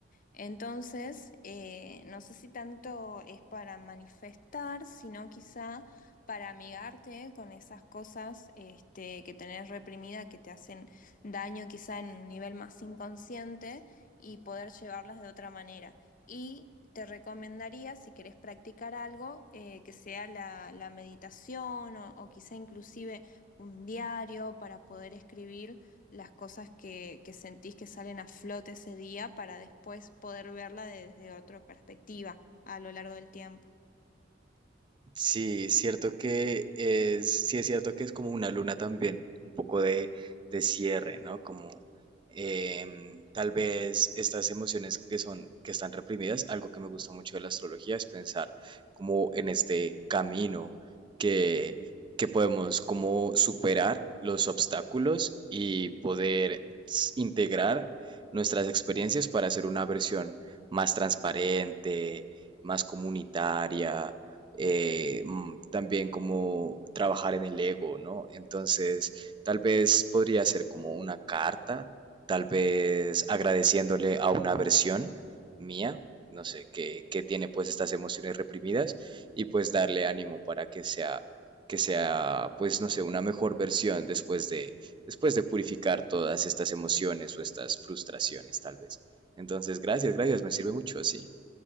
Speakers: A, on the left (about 45°); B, on the right (about 25°).
A: Entonces, eh, no sé si tanto es para manifestar, sino quizá para amigarte con esas cosas este, que tenés reprimida, que te hacen daño quizá en un nivel más inconsciente y poder llevarlas de otra manera. Y te recomendaría, si querés practicar algo, eh, que sea la, la meditación o, o quizá inclusive un diario para poder escribir las cosas que, que sentís que salen a flote ese día para después poder verla desde otra perspectiva a lo largo del tiempo.
B: Sí, es cierto que es, sí es cierto que es como una luna también, un poco de, de cierre, ¿no? Como em, tal vez estas emociones que son, que están reprimidas, algo que me gusta mucho de la astrología es pensar como en este camino que, que podemos como superar los obstáculos y poder s- integrar nuestras experiencias para hacer una versión más transparente, más comunitaria eh, mm, también como trabajar en el ego, ¿no? Entonces, tal vez podría ser como una carta, tal vez agradeciéndole a una versión mía, no sé, que, que tiene pues estas emociones reprimidas y pues darle ánimo para que sea, que sea pues no sé, una mejor versión después de, después de purificar todas estas emociones o estas frustraciones tal vez. Entonces, gracias, gracias, me sirve mucho, sí.